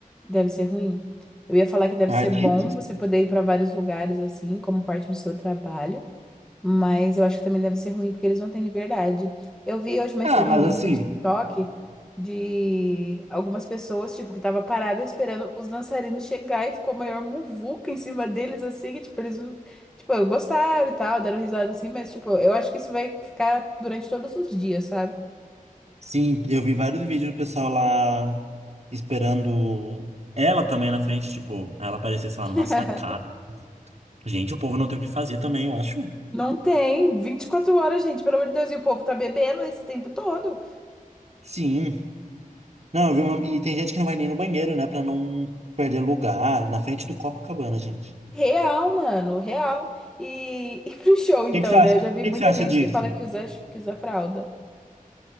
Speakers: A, in the centre; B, on the right.
A: Deve ser ruim. Eu ia falar que deve
B: Artistas?
A: ser bom você poder ir pra vários lugares assim, como parte do seu trabalho. Mas eu acho que também deve ser ruim, porque eles não têm liberdade. Eu vi hoje mais
B: Ah,
A: cedo
B: mas
A: um vídeo
B: assim.
A: no TikTok de algumas pessoas, tipo, que tava parada esperando os dançarinos chegar e ficou a maior muvuca em cima deles, assim, que, tipo, eles, não- tipo, gostaram e tal, deram risada assim, mas, tipo, eu acho que isso vai ficar durante todos os dias, sabe?
B: Sim, eu vi vários vídeos do pessoal lá esperando ela também na frente, tipo, ela aparecer, sei
A: <laughs>
B: lá, numa sacada. Gente, o povo não tem o que fazer também, eu acho.
A: Não tem 24 horas, gente, pelo amor de Deus, e o povo tá bebendo esse tempo todo.
B: Sim. Não, eu vi uma... E tem gente que não vai nem no banheiro, né? Pra não perder lugar na frente do Copacabana, gente.
A: Real, mano, real. E, <laughs> e pro show, então,
B: O que que você acha?
A: né?
B: O
A: Eu já vi
B: que
A: muita
B: que você acha
A: gente
B: disso?
A: que fala que usa, que usa fralda.